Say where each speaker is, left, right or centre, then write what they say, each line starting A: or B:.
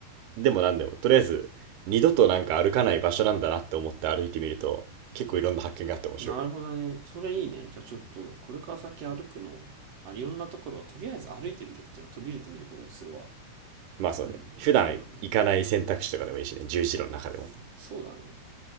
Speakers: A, on the right; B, on the right.
A: でもなんでも、とりあえず二度となんか歩かない場所なんだなって思って歩いてみると、結構いろんな発見があって面白いよ。
B: なるほどね。それいいね。じゃあちょっと、これから先歩くの、あ、いろんなところをとりあえず歩いてみるっていうのを取り入れてみることにするわ。
A: まあそうね。
B: うん、
A: 普段行かない選択肢とかでもいいしね。
B: そうだね。
A: 十字路の中でも。
B: そうだね。